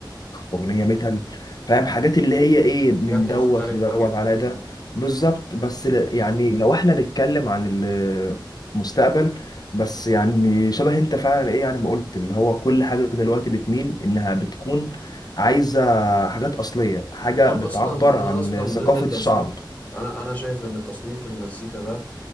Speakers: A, on the left; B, on the left.
A: اغنيه ميتال فاهم حاجات اللي هي ايه من
B: حاجات
A: دوت
B: مختلفة
A: لدوت
B: جدا
A: على ده بالظبط بس ل- يعني لو احنا نتكلم عن المستقبل بس يعني شبه انت فعلا ايه يعني ما قلت اللي هو كل حاجه دلوقتي بتميل انها بتكون عايزه حاجات اصليه حاجه
B: انا
A: بتعبر
B: اصلا انا
A: عن
B: اصلا
A: ثقافه
B: ضد تصنيف
A: الشعب
B: انا انا شايف ان تصنيف المزيكا ده